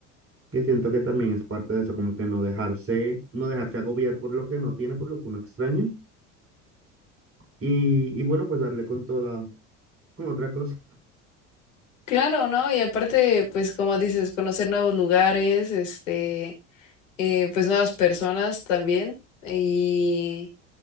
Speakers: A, on the right; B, on the left.
A: que siento que también es parte de eso, como que no dejarse, no dejarse agobiar por lo que no tiene, por lo que uno extraña, y, y bueno, pues darle con toda, con otra cosa.
B: Claro, ¿no? Y aparte, pues como dices, conocer nuevos lugares, este, eh, pues nuevas personas también. Y,